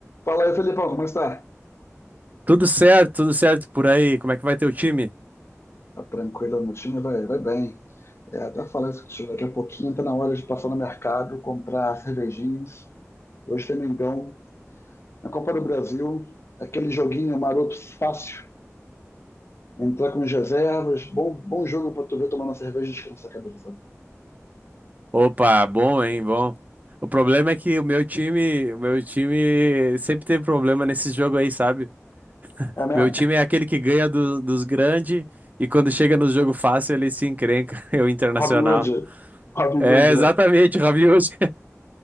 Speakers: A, on the left (about 55°); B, on the right (about 30°).
A: Fala aí, Felipão, como está?
B: Tudo certo, tudo certo por aí. Como é que vai teu time?
A: Tá tranquilo no time? Vai, vai bem. É, até falar isso contigo daqui a pouquinho, tá na hora de passar no mercado, comprar cervejinhas. Hoje tem Mengão. Na Copa do Brasil, aquele joguinho maroto fácil. Entrar com as reservas, bom, bom jogo pra tu ver tomando uma cerveja e descansar a cabeça. sabe?
B: Opa, bom, hein, bom. O problema é que o meu time, o meu time sempre teve problema nesse jogo aí, sabe?
A: É mesmo?
B: Meu time é aquele que ganha do- dos grandes e quando chega no jogo fácil ele se encrenca, <laughs> é o Internacional.
A: Robin Hood. Robin
B: É,
A: Hood,
B: exatamente,
A: né?
B: o Rabiot.